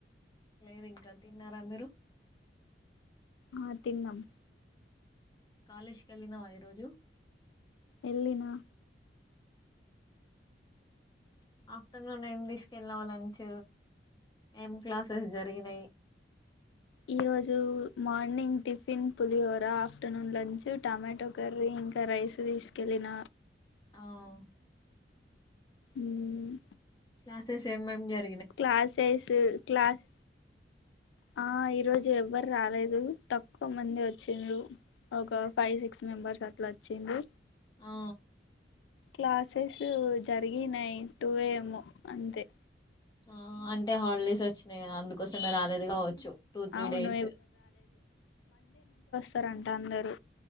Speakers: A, on the left; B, on the left.
A: లేదు ఇంకా తిన్నారా మీరు
B: ఆ తిన్నాం
A: కాలేజ్కి ఎళ్ళినవా ఈరోజు
B: ఎళ్ళినా
A: ఆఫ్టర్నూన్ ఏం తీసుకెళ్ళావా లంచ్ ఏం క్లాసెస్ జరిగినాయి
B: ఈ రోజు మార్నింగ్ టిఫిన్ పులిహోర ఆఫ్టర్నూన్ లంచ్ టమాటో కర్రీ ఇంకా రైస్ తీసుకెళ్ళిన
A: అఒ
B: ఉమ్
A: క్లాసెస్ ఏమేం జర్
B: క్లాసెస్ క్లాస్ ఆ ఈరోజు ఎవరు రాలేదు తక్కువ మంది వచ్చిండ్లు ఒక ఫైవ్ సిక్స్ మెంబర్స్ అట్లా వచ్చిండ్లు
A: ఆ
B: క్లాసెస్ జర్ గినయి టు ఎ ఎమో అంతే
A: ఆ అంటే హాలిడేస్ వచ్చినాయి కదా అందు కోసన్న రాలేదు కావచ్చు టూ త్రీ
B: అవును
A: డేస్
B: స్తారంట అందరు